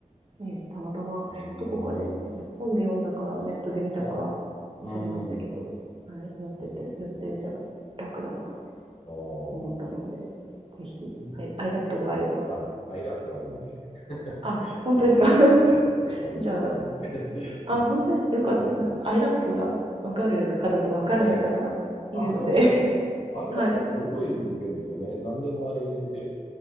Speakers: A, on the right; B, on the left.
A: ねたまたま、
B: へえ、
A: どこかで、なんか本で読んだか、ネットで見たか、
B: はい。う
A: 忘れましたけど、
B: ん。
A: はい、乗ってて、
B: なるほど。
A: 寄ってみたら楽だなって
B: あ
A: 思ったので、ぜひ、
B: あ、いいですね。
A: はい、アイラップがあれば。
B: はい。アイラップあるんで。<laughs>
A: あ、本当ですか
B: ちょっと、ええ、
A: <laughs>
B: ええ結構愛用してるんで。
A: じゃあ、あ、本当ですか。
B: <laughs>
A: よかったです。
B: そうなん
A: なんか、アイラップがわかる方とわからない方いるので。
B: だ。ええ、あ、そうなんですか。
A: <laughs>
B: あれだってすごい便利ですよね。
A: はい。
B: 何でもあれ入れて、